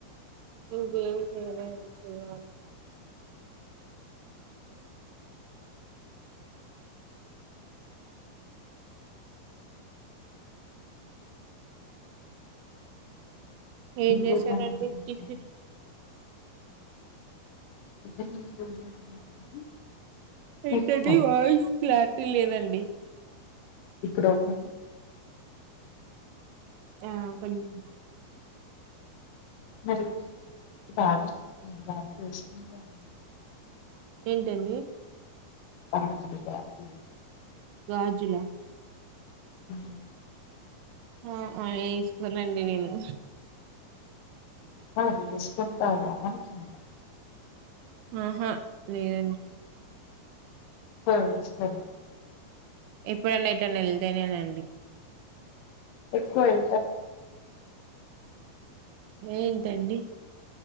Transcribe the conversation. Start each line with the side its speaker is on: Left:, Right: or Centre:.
Right: <unintelligible> ఏం చేశారండి
Left: చేద్దాం అనుకుంటే
Right: టిఫిన్
Left: <unintelligible>
Right: ఏంటండి
Left: మీకు
Right: వాయిస్ క్లారిటీ లేదండి
Left: ఇప్పుడు ఓకేనా
Right: ఆ కొంచ్
Left: మరి గాజులు గాజులెసుకుంటారా
Right: ఏంటండి
Left: గాజులు గాజులు
Right: గాజులా
Left: అ
Right: ఆ అ ఏసుకోనండి నేను
Left: కాదు ఎస్కుంటారా అంటున్నా
Right: అహా లేదండి
Left: ప్పుడు ఏసుకోరా
Right: ఎప్పుడన్నా ఎటన్న ఎళ్తేనేనండి
Left: ఎక్కువ <unintelligible>
Right: ఏంటండి